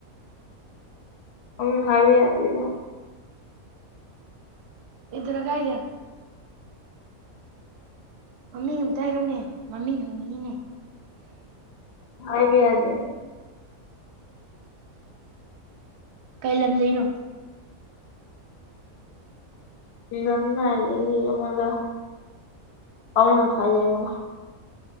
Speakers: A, on the left; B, on the right.
A: ꯎꯝ ꯍꯥꯏ ꯍꯥꯏꯗ
B: ꯏꯗꯔꯒꯥꯏꯖ ꯃꯃꯤꯡ ꯑꯝꯇ ꯍꯥꯏꯔꯧꯅꯦ ꯃꯃꯤꯡ ꯈꯪꯅꯤꯡꯉꯤꯅꯦ
A: ꯍꯥꯏ ꯕꯥ ꯌꯥꯗꯦ
B: ꯀꯩ ꯂꯝꯗꯣꯏꯩꯅꯣ
A: ꯅꯅ ꯃꯒ ꯐꯥꯎꯅ ꯍꯥꯏꯖꯦ ꯃ